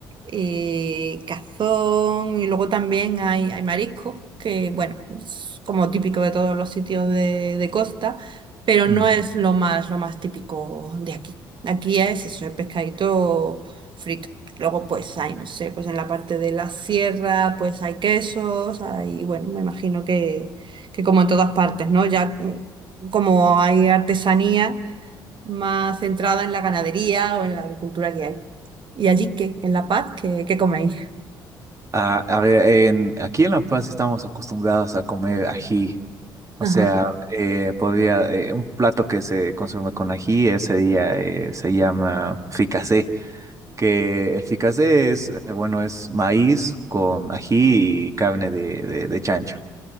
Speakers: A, on the right; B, on the right.
A: eh, cazón y luego también hay, hay marisco, que bueno, es como típico de todos los sitios de, de costa, pero no
B: Mm.
A: es lo más, lo más típico de aquí. Aquí es eso, el pescadito frito. Luego, pues hay, no sé, pues en la parte de la sierra, pues hay quesos, hay, bueno, me imagino que, que como en todas partes, ¿no? Ya mm, como hay artesanía más centrada en la ganadería o en la agricultura que hay. ¿Y allí qué? ¿En La Paz? ¿Qué, qué coméis?
B: Ah, a ver, en, aquí en La Paz estamos acostumbrados a comer ají. O
A: <laughs> Ajá.
B: sea, eh, podría, eh, un plato que se consume con ají ese día eh, se llama fricasé, que el fricasé es, eh, bueno, es maíz con ají y carne de, de, de chancho.